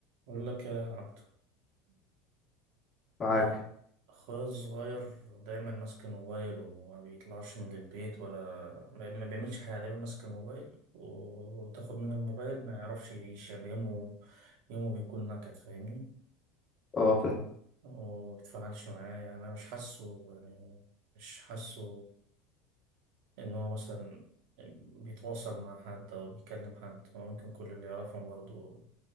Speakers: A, on the right (about 60°); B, on the left (about 15°).
A: بقول لك يا عبدو
B: معاك
A: آه، أخويا الصغير دايما ماسك الموبايل وما بيطلعش من البيت ولا ما ما بيعملش حاجة دايما ماسك الموبايل و- وتاخد منه الموبايل ما يعرفش يعيش يعني يومه يومه بيكون نكد فاهمني
B: اه فاهم
A: هو ما بيتفاعلش معايا انا مش حاسه يعني مش حاسه ان هو مثلا بيتواصل مع حد او بيكلم حد هو ممكن كل اللي يعرفهم برضو